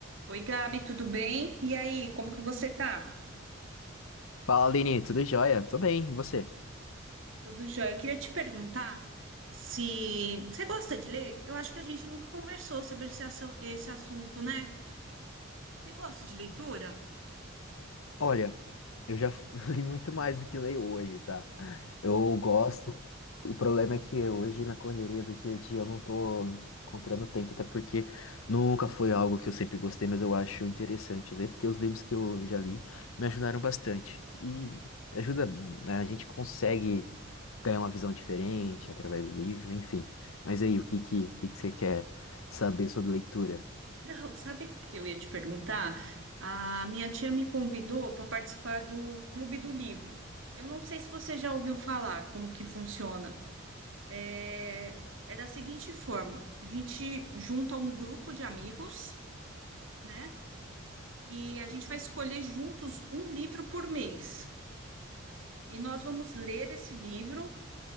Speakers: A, on the right (about 65°); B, on the left (about 75°).
A: Oi, Gabi, tudo bem? E aí, como que você tá?
B: Fala, Aline, tudo jóia? Tô bem, e você?
A: Tudo jóia? Eu queria te perguntar se você gosta de ler? Eu acho que a gente nunca conversou sobre esse, assu- esse assunto, né? Você gosta de leitura?
B: Olha, eu já <laughs> li muito mais do que leio hoje, tá? Eu gosto. O problema é que hoje, na correria do dia a dia, eu não tô encontrando tempo, até porque nunca foi algo que eu sempre gostei, mas eu acho interessante ler, porque os livros que eu já li me ajudaram bastante. E ajuda, né? A gente consegue ter uma visão diferente através do livro, enfim. Mas aí, o que que, o que que você quer saber sobre leitura?
A: <laughs> Não, sabe o que eu ia te perguntar? A minha tia me convidou para participar do Clube do Livro. Eu não sei se você já ouviu falar como que funciona. É, é da seguinte forma: a gente junta um grupo de amigos, né? e a gente vai escolher juntos um livro por mês. E nós vamos ler esse livro,